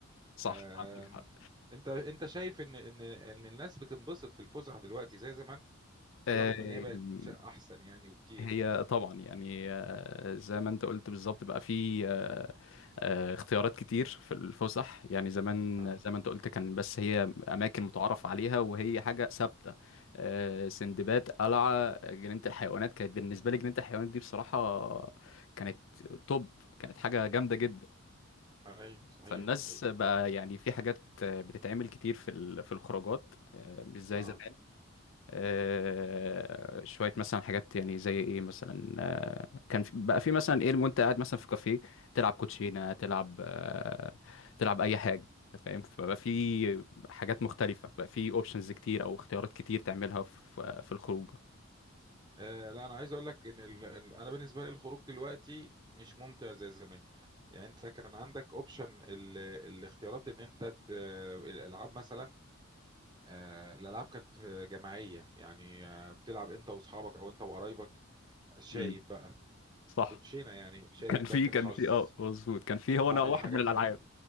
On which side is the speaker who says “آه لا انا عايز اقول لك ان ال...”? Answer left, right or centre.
Right